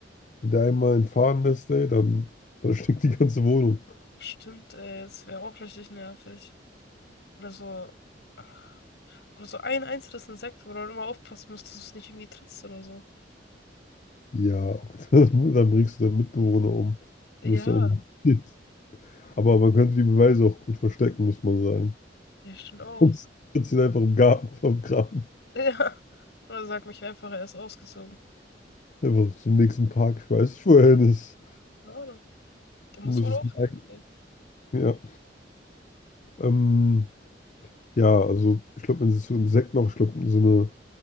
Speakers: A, on the left; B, on the left.
A: Wenn der einmal entfahren Faden lässt, ey, dann, dann <laughs> stinkt die ganze Wohnung.
B: stimmt, ey, das wäre auch richtig nervig. Oder so, ach, oder so ein einzelnes Insekt, wo du dann immer aufpassen musst, dass du es nicht irgendwie trittst oder so.
A: Ja, <laughs> dann, bringst du deinen Mitbewohner um.
B: Ja,
A: Dann wirst du inhaftiert. Aber man könnte die Beweise auch gut verstecken, muss man sagen. <laughs>
B: ja, stimmt auch.
A: Du kannst, kannst ihn einfach im Garten <laughs> vergraben.
B: <laughs> Ja, oder sag mich einfach, er ist ausgezogen.
A: Einfach zum nächsten Park schmeißen. Ich wohin ist.
B: Keine Ahnung, der muss
A: Du müsstest
B: wohl aufhören.
A: merken, ja. Ähm, ja, also ich glaube, wenn sie so Insekten noch schlucken, so eine